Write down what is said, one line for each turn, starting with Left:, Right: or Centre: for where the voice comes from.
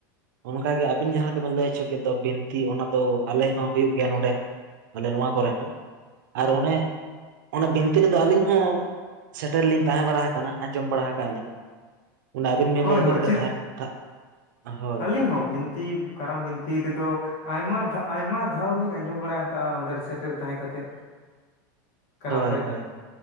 Right: ᱚᱱᱠᱟᱜᱮ ᱟᱵᱤᱱ ᱡᱟᱦᱟᱸ ᱞᱮᱠᱟᱵᱤᱱ ᱞᱟᱹᱭ ᱦᱚᱪᱚ ᱠᱮᱫ ᱫᱚ ᱵᱤᱱᱛᱤ ᱚᱱᱟ ᱫᱚ ᱟᱞᱮ ᱦᱚᱸ ᱦᱩᱭᱩᱜ ᱜᱮᱭᱟ ᱱᱚᱸᱰᱮ ᱦᱚᱸ᱾ ᱟᱞᱮ ᱱᱚᱣᱟ ᱠᱚᱨᱮ ᱦᱚᱸ ᱟᱨ ᱚᱱᱮ ᱚᱱᱟ ᱵᱤᱱᱛᱤ ᱨᱮᱫᱚ ᱟᱹᱞᱤᱧ ᱦᱚᱸ ᱥᱮᱴᱮᱨ ᱞᱤᱧ ᱛᱟᱦᱮᱸ ᱵᱟᱲᱟ ᱠᱟᱱᱟ ᱟᱸᱡᱚᱢ ᱵᱟᱲᱟ ᱠᱟᱜᱼᱟ ᱞᱤᱧ᱾ ᱚᱱᱟ ᱟᱵᱤᱱ ᱵᱤᱱ
Left: ᱦᱳᱭ
Right: ᱞᱟᱹᱭ
Left: ᱦᱳᱭ
Right: ᱠᱮᱫ ᱞᱮᱠᱟ ᱫᱷᱟᱨ ᱫᱷᱟᱜ ᱦᱳᱭ᱾
Left: <unintelligible> ᱛᱤ ᱠᱟᱨᱟᱢ ᱵᱤᱱᱛᱤ ᱨᱮᱫᱚ ᱟᱭᱢᱟ ᱫᱷᱟ ᱟᱭᱢᱟ ᱫᱷᱟᱣ ᱞᱤᱧ ᱟᱸᱡᱚᱢ ᱵᱟᱲᱟ ᱠᱟᱜᱼᱟ ᱚᱸᱰᱮ ᱥᱮᱴᱮᱨ ᱛᱟᱦᱮᱸ ᱠᱟᱛᱮ᱾ ᱠᱟᱨᱟᱢ
Right: ᱦᱳᱭ
Left: ᱨᱮ
Right: ᱦᱳᱭ